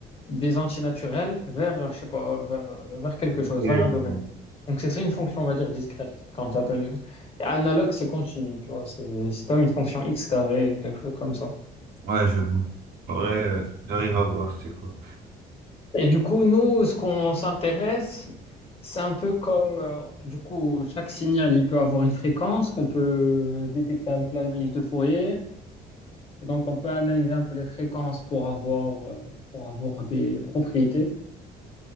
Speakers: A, on the left; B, on the right.
A: des antinaturels vers, je sais pas, vers, vers quelque
B: Ok,
A: chose,
B: je
A: vers un domaine.
B: vois.
A: Donc, c'est ça une fonction, on va dire, discrète, quand tu appelles. Analogue, c'est continu, tu vois, c'est c'est comme une fonction x carré, quelque chose comme ça.
B: Ouais, je vois. Ouais, euh, j'arrive à voir, c'est quoi.
A: Et du coup, nous, ce qu'on s'intéresse, c'est un peu comme, euh, du coup, chaque signal, il peut avoir une fréquence qu'on peut détecter avec l'analyse de Fourier. Et donc, on peut analyser un peu les fréquences pour avoir, euh, pour avoir des propriétés,